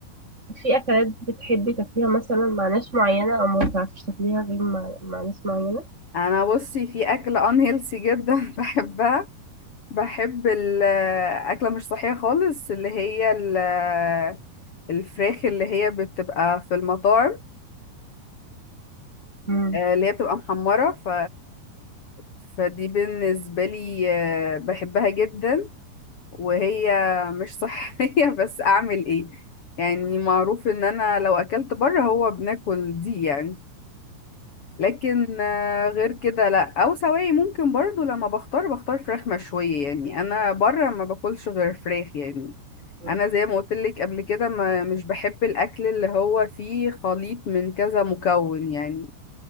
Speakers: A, on the right (about 15°); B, on the left (about 40°).
A: في أكلات بتحبي تاكليها مثلا مع ناس معينة أو ما بتعرفيش تاكليها غير مع, مع ناس معينة
B: <laughs> انا بصي في اكل unhealthy جدا <laughs> بحبها بحب الأكلة مش صحية خالص اللي هي ال- الفراخ اللي هي بتبقى في المطاعم
A: مم.
B: آه، اللي هي بتبقى محمرة ف فدي بالنسبة لي آه، بحبها جدا وهي مش صحية <laughs> بس أعمل إيه يعني معروف إن أنا لو أكلت بره هو بناكل دي يعني لكن آه، غير كده لا أو سواي ممكن برضو لما بختار بختار فراخ مشوية يعني أنا بره ما باكلش غير فراخ يعني
A: مم.
B: انا زي ما قلت لك قبل كده ما مش بحب الاكل اللي هو فيه خليط من كذا مكون يعني